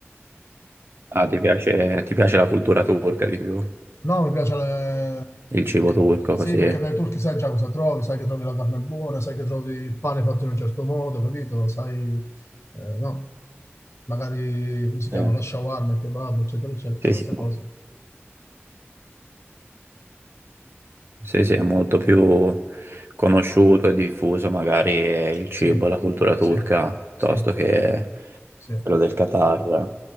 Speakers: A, on the right; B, on the left.
A: Ah, ti piace, ti piace la cultura turca di più?
B: No, mi piace... le-
A: Il cibo turco
B: Sì,
A: così?
B: perché dai turchi sai già cosa trovi, sai che trovi la carne buona, sai che trovi il pane fatto in un certo modo, capito? Sai, eh, no, magari, come si chiama,
A: Sì,
B: la shawarma, il kebab, eccetera, eccetera, tutte
A: sì,
B: queste
A: sì.
B: cose.
A: Sì, sì, è molto più conosciuto e diffuso magari eh, il cibo,
B: Sì,
A: e la cultura
B: sì,
A: turca, piuttosto
B: sì,
A: che
B: sì,
A: quello del Qatar.